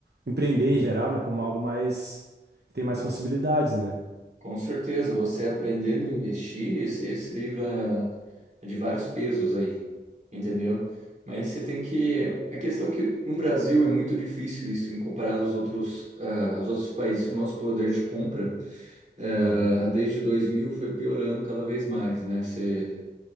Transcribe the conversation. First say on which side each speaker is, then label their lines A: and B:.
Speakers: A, on the right; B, on the right.
A: empreender em geral, né? Como algo mais, que tem mais
B: Com,
A: possibilidades, né?
B: com certeza, você aprendendo a investir, você se livra de vários pesos aí, entendeu? Mas você tem que. A questão é que no Brasil é muito difícil isso em comparado aos outros, ah, aos outros países, que o nosso poder de compra, ah,
A: Uhum,
B: desde 2000 foi piorando cada vez mais, né? Você,